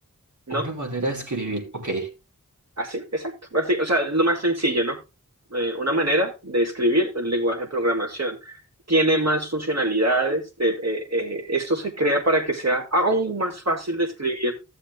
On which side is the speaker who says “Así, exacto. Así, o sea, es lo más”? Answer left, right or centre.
Right